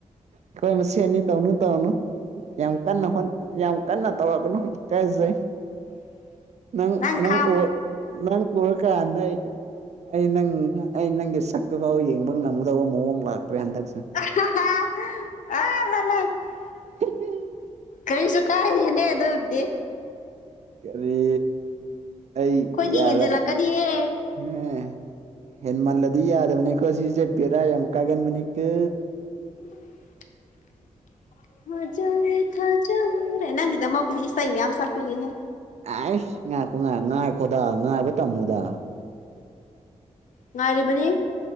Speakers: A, on the right; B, on the left.
A: ꯑꯩꯈꯣꯏ ꯃꯁꯦꯟꯅꯤ ꯇꯧꯅꯨ ꯇꯧꯅꯨ ꯌꯥꯝ ꯀꯟꯅ ꯍꯣꯠ ꯌꯥꯝ ꯀꯟꯅ ꯇꯧꯔꯛꯒꯅꯣ ꯏꯀꯥꯏꯖꯩ
B: <inaudible>
A: ꯅꯪ ꯅꯪ
B: ꯈꯥꯝꯃꯨ
A: ꯎ ꯅꯪ ꯎꯔꯀꯥꯟꯗ ꯑꯩ ꯅꯪ ꯑꯩ ꯅꯪꯒꯤ ꯁꯛꯇꯨꯐꯥꯎ ꯌꯦꯡꯕ ꯉꯝꯒꯗꯕ ꯃꯑꯣꯡ ꯂꯥꯛꯇ꯭ꯔꯦ ꯍꯟꯗꯛ
B: <unintelligible>
A: <unintelligible>
B: ꯀꯔꯤꯁꯨ ꯀꯥꯏꯗꯦꯅꯦ ꯑꯗꯨꯕꯨꯗꯤ
A: ꯀꯔꯤ ꯑꯩ
B: ꯑꯩꯈꯣꯏꯗꯤ
A: ꯌꯥꯔꯒ
B: ꯍꯦꯟꯖꯜꯂꯛꯀꯅꯤꯍꯦ
A: ꯑꯦ ꯍꯦꯟ ꯃꯜꯂꯗꯤ ꯌꯥꯗꯕꯅꯤꯀꯣ ꯁꯤꯁꯦ ꯕꯦꯔꯥ ꯌꯥꯝ ꯀꯥꯒꯟꯕꯅꯤꯀꯣ
B: <inaudible> <unintelligible> ꯅꯪꯒꯤꯗꯃꯛ ꯄꯨꯗꯤ ꯏꯁꯩ ꯃꯌꯥꯝ ꯁꯛꯄꯤꯒꯦꯅꯦ
A: ꯑꯩꯁ ꯉꯥꯏꯈꯣ ꯉꯥꯏ ꯉꯥꯏꯈꯣꯗ ꯉꯥꯏꯕ ꯇꯝꯃꯨꯗ
B: ꯉꯥꯏꯔꯤꯕꯅꯤ